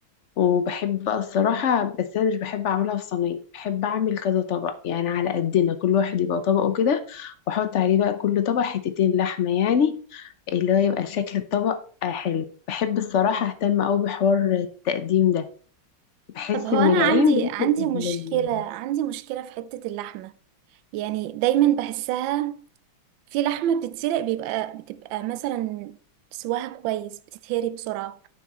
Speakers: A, on the left; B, on the right.
A: وبحب الصراحة بس أنا مش بحب أعملها في صينية بحب أعمل كذا طبق يعني على قدنا كل واحد يبقى طبقه كده وأحط عليه بقى كل طبق حتتين لحمة يعني اللي هو يبقى شكل الطبق آه، حلو بحب الصراحة أهتم أوي بحوار التقديم ده بحس
B: طب هو
A: إن
B: انا
A: العين
B: عندي
A: بتفرق
B: عندي
A: قبل
B: مشكلة
A: ال-
B: عندي مشكلة في حتة اللحمة يعني دايما بحسها في لحمة بتتسلق بيبقى بتبقى مثلا سواها كويس بتتهري بسرعة